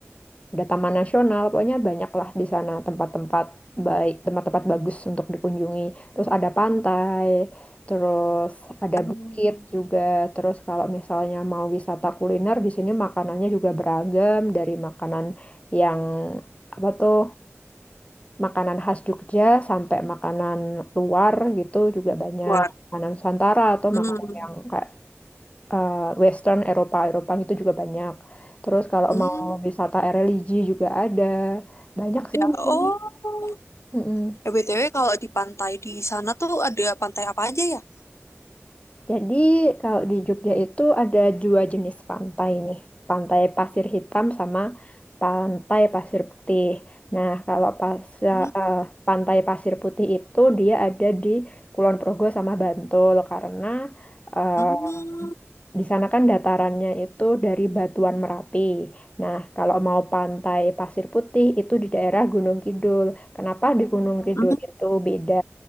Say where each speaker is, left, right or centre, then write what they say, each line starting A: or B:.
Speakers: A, on the left; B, on the left.
A: ada taman nasional, pokoknya banyaklah di sana tempat-tempat baik, tempat-tempat bagus untuk dikunjungi. Terus ada pantai, terus ada
B: 아,
A: bukit juga. Terus kalau misalnya mau wisata kuliner di sini makanannya juga beragam dari makanan yang apa tuh makanan khas Jogja sampai makanan luar gitu juga banyak.
B: luar.
A: Makanan Nusantara atau
B: Hmm,
A: makanan yang kayak eh, Western Eropa Eropa itu juga banyak. Terus kalau
B: hmm,
A: mau wisata religi juga ada banyak
B: ya.
A: sih di
B: Oh,
A: sini. Mm-mm.
B: Eh, BTW kalau di pantai di sana tuh ada pantai apa aja ya?
A: Jadi kalau di Jogja itu ada dua jenis pantai nih, pantai pasir hitam sama pantai pasir putih. Nah kalau pas eh,
B: Hmm,
A: pantai pasir putih itu dia ada di Kulon Progo sama Bantul karena eh,
B: hmm,
A: Di sana kan datarannya itu dari Batuan Merapi. Nah, kalau mau pantai Pasir Putih itu di daerah Gunung Kidul. Kenapa di Gunung Kidul
B: hmm.
A: itu beda?